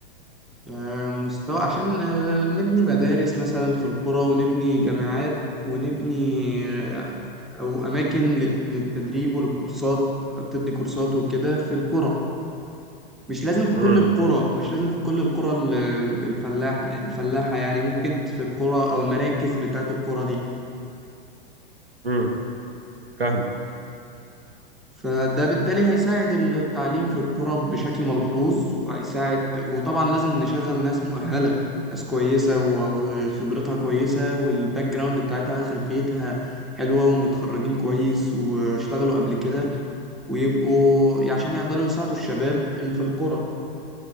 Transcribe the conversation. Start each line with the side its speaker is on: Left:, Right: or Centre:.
Centre: آه، مستوى عشان آه، نبني مدارس مثلا في القرى ونبني جامعات ونبني آه، أو أماكن لل- للتدريب وللكورسات بتدي كورسات وكده في القرى مش لازم في
Right: امم
Centre: كل القرى مش لازم في كل القرى ال- الفلاح يعني الفلاحة يعني ممكن في القرى أو المراكز بتاعت القرى دي
Right: امم فاهم
Centre: فده بالتالي هيساعد التعليم في القرى بشكل ملحوظ وهيساعد وطبعا لازم نشغل ناس مؤهلة ناس كويسة و- وخبرتها كويسة والباك جراوند بتاعتها خلفيتها حلوة ومتخرجين كويس واشتغلوا قبل كده ويبقوا عشان يقدروا يساعدوا الشباب اللي في القرى